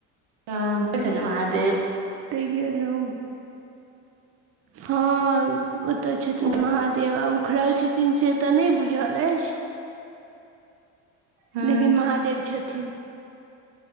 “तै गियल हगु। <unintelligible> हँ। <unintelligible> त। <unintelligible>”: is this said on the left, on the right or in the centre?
Right